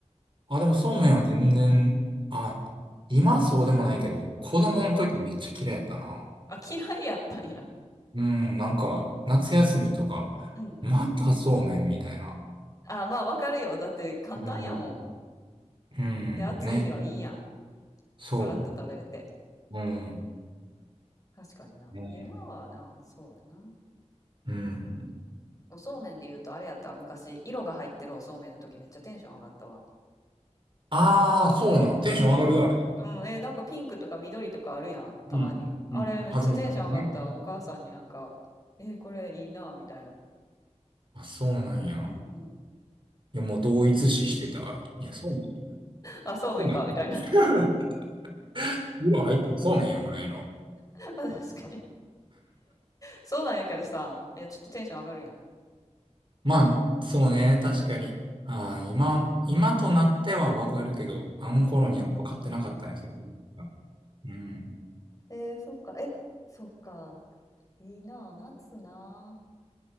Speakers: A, on the right; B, on the left.
A: あ、でもそうめんは全然、
B: か
A: あ、今そうでもないけど、子供の時めっちゃ嫌いやったな。
B: うん。あ、嫌いやったんや。
A: うん、なんか、夏休みとか、
B: うんうん。
A: またそうめんみたいな。
B: あ、まあわかるよ。だって簡単やもん。
A: うん、うんね、
B: で、暑い日はいいやん。
A: そ
B: さらっと食べれて。
A: う。うん、
B: 確かにな。
A: ね、
B: 今はな、そうやな。
A: うん。
B: おそうめんで言うとあれやったわ昔、色が入ってるおそうめんの時めっちゃテンション上がったわ。
A: ああ、そうなん。テンション上がるあれ。
B: うん。うん、え、なんかピンクとか緑とかあるやん、たまに。
A: うん、
B: あれめっちゃテンション上がった。
A: うん。鮮やかなね。
B: お母さんになんか、えーこれいいな、みたいな。
A: あ、そうなんや。
B: うんうん。
A: いや、もう同一視してたわ。いや、そうめん。
B: あ、そうめんか、
A: そうめんね。
B: みたいな。
A: <laughs> 色入ってもそうめんやんぐらいの。
B: <laughs> まあ確かに。そうなんやけどさ、いや、ちょっとテンション上がるやん。
A: まあ、そうね、確かに。ああ、今、今となってはわかるけど、あの頃には分かってなかったね、
B: うん。
A: その時は。うん。
B: えー、そっか。え、そっか。いいなあ、夏な